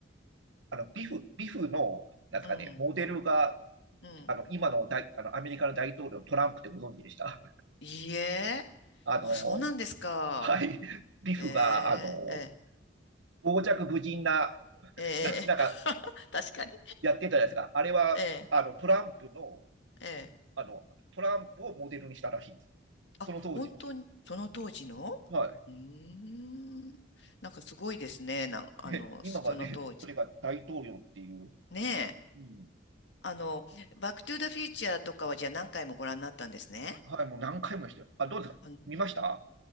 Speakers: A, on the right (about 80°); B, on the left (about 65°).
A: あの、ビフ、ビフの、なんですかね、
B: うん。
A: モデルが、
B: うん。
A: あの、今の大、あの、アメリカの大統領、トランプってご存知でした。
B: いいえ。
A: <laughs> あの、
B: あ、そうなんですか。
A: はい。ビフが、
B: え
A: あの、
B: え、え
A: 傍若無人な、
B: え、ええ。
A: な、なんか、
B: <laughs> 確かに。
A: やってたじゃないですか。あれは、
B: ええ、
A: あの、トランプの、
B: ええ。
A: あの、トランプをモデルにしたらしいんです。
B: あ、
A: その当時の。
B: 本当に、その当時の
A: はい。
B: うーん。なんかすごいですね。なん、
A: <laughs>
B: あの、
A: で今はね、
B: その当時。
A: それが大統領っていう。
B: ねえ。
A: うん
B: あの、バックトゥーザフューチャーとかはじゃあ何回もご覧になったんですね。
A: はい、もう何回も見ましたよ。あ、どうですか見ました
B: あの、